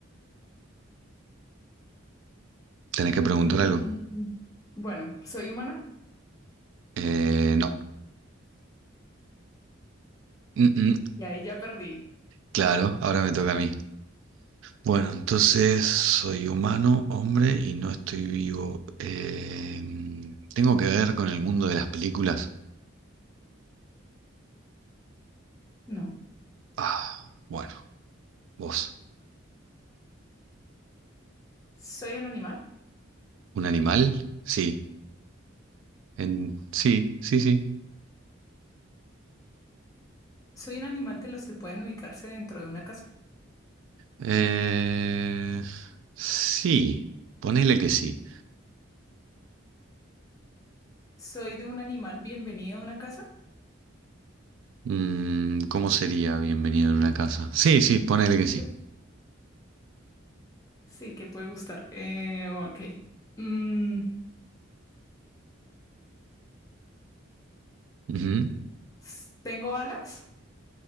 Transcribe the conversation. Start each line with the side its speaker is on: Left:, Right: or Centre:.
Right: Tenés que preguntar
Left: Mm,
Right: algo.
Left: bueno, ¿soy humana?
Right: Eh, no. Mm, mm.
Left: Y ahí ya perdí.
Right: Claro, ahora me toca a mí. Bueno, entonces soy humano, hombre, y no estoy vivo. Eh, ¿tengo que ver con el mundo de las películas?
Left: No.
Right: Ah, bueno, vos.
Left: ¿Soy un animal?
Right: ¿Un animal? Sí. En... Sí, sí, sí.
Left: ¿Soy un animal de los que pueden ubicarse dentro de una casa?
Right: Eh, sí, ponele que sí.
Left: ¿Soy de un animal bienvenido a una casa?
Right: Mm, ¿cómo sería bienvenido en una casa? Sí, sí, ponele que sí.
Left: ¿Qué? Sí, que puede gustar. Eh, ok. Mm,
Right: Ujú.
Left: s- ¿tengo alas?